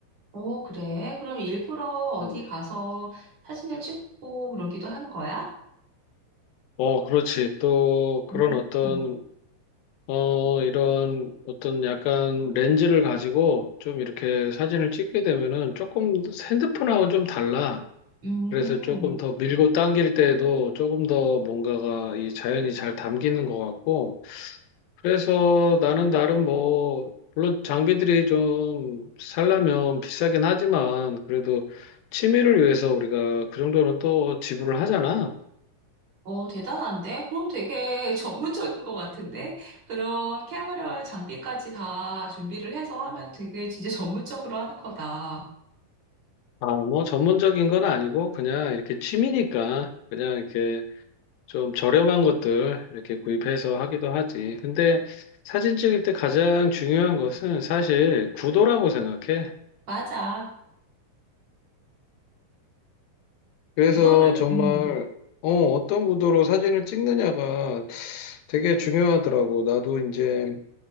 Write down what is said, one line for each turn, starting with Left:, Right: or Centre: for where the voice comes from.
Right: 어, 그래? 그럼 일부러 어디
Left: 음.
Right: 가서 사진을 찍고 그러기도 하는 거야?
Left: 어, 그렇지. 또 그런
Right: 음,
Left: 어떤 어 이런 어떤 약간 렌즈를 가지고 좀 이렇게 사진을 찍게 되면은 조금 핸드폰하고 좀 달라.
Right: 음.
Left: 그래서 조금 더 밀고 당길 때에도 조금 더 뭔가가 이 자연이 잘 담기는 것 같고 그래서 나는 나름 뭐, 물론 장비들이 좀 살려면 비싸긴 하지만, 그래도 취미를 위해서 우리가 그 정도는 또 지불을 하잖아.
Right: 어, 대단한데? 그럼 되게 <laughs> 전문적인 것 같은데? 그런 카메라 장비까지 다 준비를 해서 하면 되게 진짜 전문적으로 하는 거다.
Left: 아, 뭐 전문적인 건 아니고, 그냥 이렇게 취미니까, 그냥 이렇게 좀 저렴한 것들 이렇게 구입해서 하기도 하지. 근데 사진 찍을 때 가장 중요한 것은 사실 구도라고 생각해.
Right: 맞아.
Left: 그래서
Right: 구도를,
Left: 정말
Right: 음,
Left: 어, 어떤 구도로 사진을 찍느냐가 되게 중요하더라고. 나도 이제